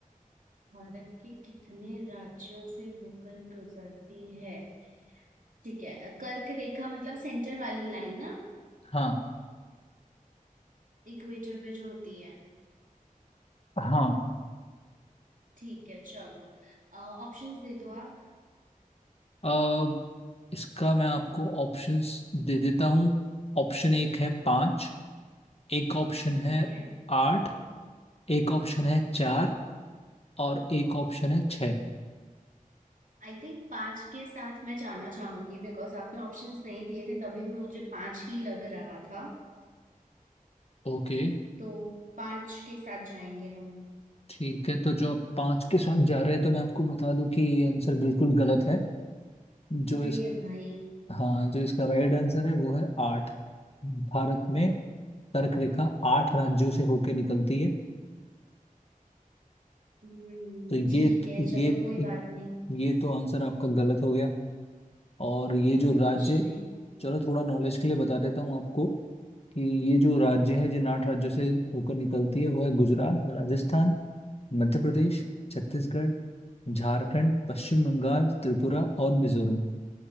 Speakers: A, on the right; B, on the left.
A: भारत के कितने राज्यों से होकर गुजरती है ठीक है कर्क रेखा मतलब सेंटर वाली लाइन ना
B: हाँ
A: इक्वेटर पे जो होती है
B: हाँ
A: ठीक है चलो ऑप्शंस दे दो आप
B: अ, इसका मैं आपको ऑप्शंस दे देता हूँ ऑप्शन एक है पाँच एक ऑप्शन है
A: ठीक है
B: आठ एक ऑप्शन है चार और एक ऑप्शन है छः
A: आई थिंक पांच के साथ मैं जाना चाहूंगी बिकॉज आपने ऑप्शंस नहीं दिए थे तभी भी मुझे पांच ही लग रहा था
B: ओके
A: तो पांच के साथ जाएंगे हम
B: ठीक है तो जो आप पाँच के साथ जा रहे हैं तो मैं आपको बता दूं कि ये आंसर बिल्कुल गलत है जो
A: अरे
B: इस
A: भाई
B: हाँ जो इसका राइट आंसर है वो है आठ भारत में कर्क रेखा आठ राज्यों से होके निकलती है
A: हम्म
B: तो ये
A: ठीक है
B: ये
A: चलो कोई बात नहीं
B: ये तो आंसर आपका गलत हो गया और ये जो राज्य
A: कुछ नहीं
B: चलो थोड़ा नॉलेज के लिए बता देता हूँ आपको कि ये जो राज्य है जिन आठ राज्यों से होकर निकलती है वो है गुजरात राजस्थान मध्य प्रदेश छत्तीसगढ़ झारखंड पश्चिम बंगाल त्रिपुरा और मिजोरम